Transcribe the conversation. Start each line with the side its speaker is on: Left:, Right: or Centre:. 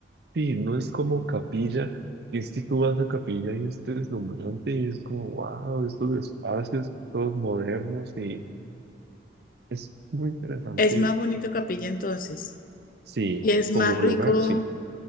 Right: sí, no es como capilla, y es que tú vas a capilla y es deslumbrante y es como, wow, estos espacios todos modernos y es muy interesante,
Left: Es más bonito Capilla entonces.
Right: sí,
Left: Y es más
Right: como
Left: rico.
Right: lugar, sí,